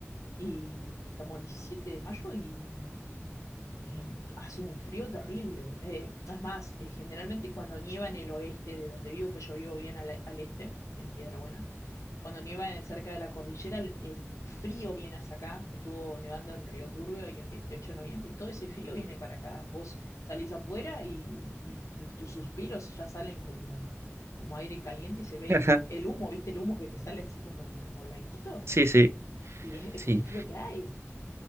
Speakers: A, on the left; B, on the right.
A: y estamos 17 de mayo y eh, hace un frío terrible. Eh, es más, eh, generalmente cuando nieva en el oeste de donde vivo, pues yo vivo bien al, al este, en Piedra Buena, cuando nieva en- cerca de la cordillera, el, el frío viene hasta acá. Estuvo nevando en Río Turbio y en veintiocho de noviembre, y todo ese frío viene para acá. Vos salís afuera y, y tus suspiros ya salen como, como aire caliente y se ve
B: <laughs>
A: el, hu- el humo, ¿viste? El humo que te sale así como, como blanquito.
B: Sí, sí,
A: Y es, es
B: sí.
A: por el frío que hay.